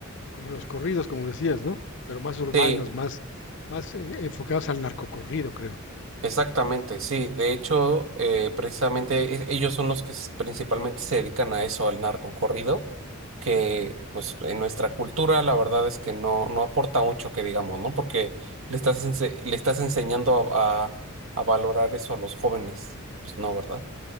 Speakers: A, on the left; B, on the right.
A: como los corridos, como decías, ¿no? Pero más urbanos,
B: Sí.
A: más, más eh, enfocados al narcocorrido, creo.
B: Exactamente, sí. De hecho, eh, precisamente e- ellos son los que s- principalmente se dedican a eso, al narco corrido, que pues en nuestra cultura la verdad es que no, no aporta mucho que digamos, ¿no? Porque le estás, ense- le estás enseñando a, a- a valorar eso a los jóvenes. Pues no, ¿verdad?